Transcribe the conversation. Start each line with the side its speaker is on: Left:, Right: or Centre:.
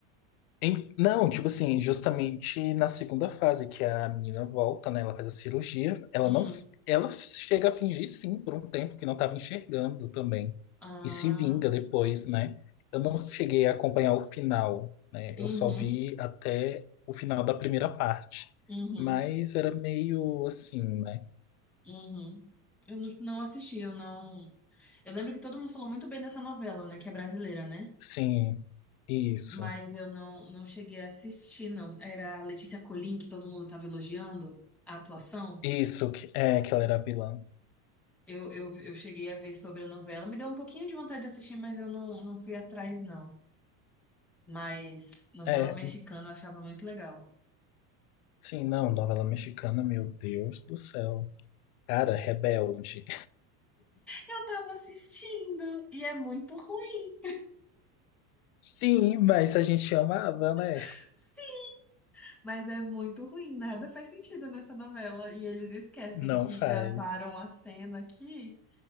Left: Em- Não, tipo assim, justamente na segunda fase, que a menina volta, né? Ela faz a cirurgia, ela
Centre: Hum,
Left: não. Ela chega a fingir, sim, por um tempo que não estava enxergando também.
Centre: ah,
Left: E se vinga depois, né? Eu não cheguei a acompanhar o final, né?
Centre: uhum,
Left: Eu só vi até o final da primeira parte.
Centre: uhum,
Left: Mas era meio assim, né?
Centre: uhum. Eu não, não assisti, eu não. Eu lembro que todo mundo falou muito bem dessa novela, né? Que é brasileira, né?
Left: Sim, isso.
Centre: Mas eu não, não cheguei a assistir, não. Era a Letícia Colin, que todo mundo tava elogiando a atuação.
Left: Isso, que, é, que ela era vilã.
Centre: Eu, eu, eu cheguei a ver sobre a novela. Me deu um pouquinho de vontade de assistir, mas eu não, não fui atrás, não. Mas novela
Left: É,
Centre: mexicana eu achava muito legal.
Left: sim, não, novela mexicana, meu Deus do céu. Cara, Rebelde.
Centre: Eu tava assistindo e é muito ruim.
Left: Sim, mas a gente amava, né?
Centre: <laughs> Sim! Mas é muito ruim, nada faz sentido nessa novela. E eles esquecem
Left: Não
Centre: que
Left: faz.
Centre: gravaram a cena aqui